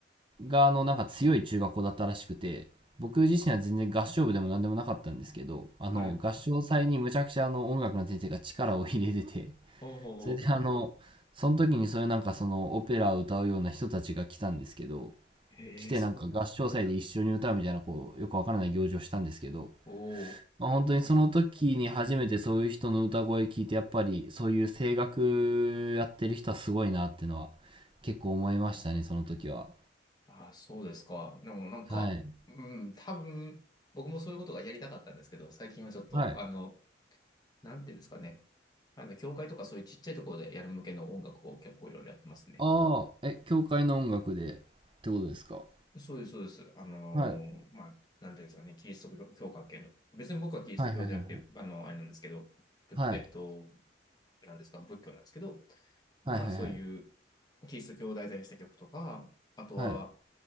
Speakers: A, on the right; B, on the left.
A: があのなんか強い中学校だったらしくて、僕自身は全然合唱部でも何でもなかったんですけど、あの合唱祭にむちゃくちゃあの音楽の先生が力を入れてて、
B: はい。おおお
A: <laughs> それであの、その時にそういうなんかそのオペラを歌うような人たちが来たんですけど、
B: へえ、
A: 来てなんか合唱祭で一緒に歌うみたいなこう、
B: すごいな。
A: よくわからない行事をしたんですけど、
B: おお。
A: まあ、本当にその時に初めてそういう人の歌声聞いて、やっぱりそういう声楽やってる人はすごいなっていうのは結構思いましたね、その時は。
B: ああ、そうですか。でもなんか、
A: はい。
B: うん、多分、僕もそういうことがやりたかったんですけど、最近はちょっと、
A: はい。
B: あの、なんていうんですかね。あの、教会とかそういうちっちゃいところでやる向けの音楽を結構いろいろやってますね。
A: ああ、え、教会の音楽でってことですか。
B: そうです、そうです。あの
A: はい。
B: ーまあ、なんていうんですかね、キリスト教教会系の。別に僕はキリスト教じゃなくて、
A: はいはいはい。
B: あの、あれなんですけど、ぶえっと、
A: はい。
B: なんですか、仏教なんですけど、まあ、
A: はいはいはい。
B: そういうキリスト教を題材にした曲とか、あとは、
A: はい。